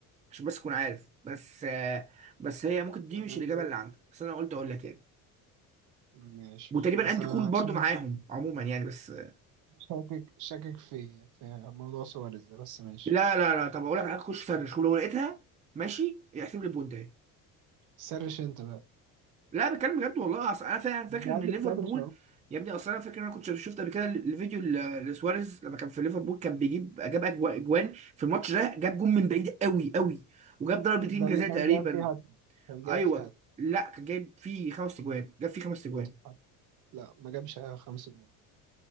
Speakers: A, on the right; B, on the right.
A: عشان بس تكون عارف بس آه بس هي ممكن دي
B: آه،
A: مش الاجابه اللي عندك بس انا قلت اقول لك يعني
B: ماشي
A: وتقريبا
B: بس
A: اندي
B: انا
A: كول برضو
B: شاكك
A: معاهم عموما يعني بس آه،
B: شاكك شاكك في في موضوع سواريز ده بس ماشي
A: لا لا لا طب اقول لك على حاجه خش سرش ولو لقيتها ماشي احسب لي بوينت
B: سرش انت بقى
A: لا بتكلم بجد والله اصل انا فعلا فاكر
B: انت قاعد
A: ان ليفربول
B: بتسرش
A: يا ابني اصل انا فاكر ان انا كنت شفت قبل كده الفيديو ل- لسواريز لما كان في ليفربول كان بيجيب جاب أجوا- اجوان في الماتش ده جاب جون من بعيد قوي قوي وجاب ضربتين
B: ده
A: جزاء
B: اللي كان
A: تقريبا
B: جايب فيها هاتريك. كان جايب
A: ايوه
B: فيها هاتريك
A: لا كان جايب فيه خمس اجوان جاب فيه خمس اجوان
B: هاتريك. لا ما جابش خمس جوان